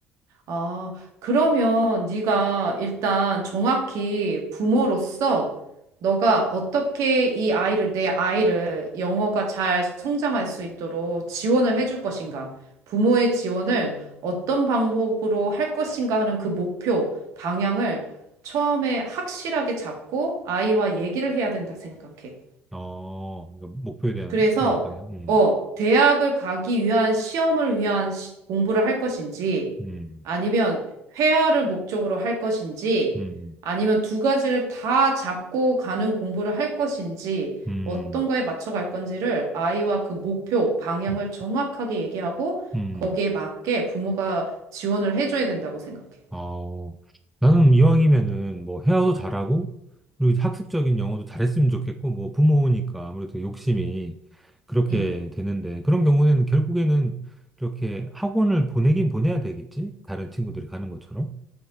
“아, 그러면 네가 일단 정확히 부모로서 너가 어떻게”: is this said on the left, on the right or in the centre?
Right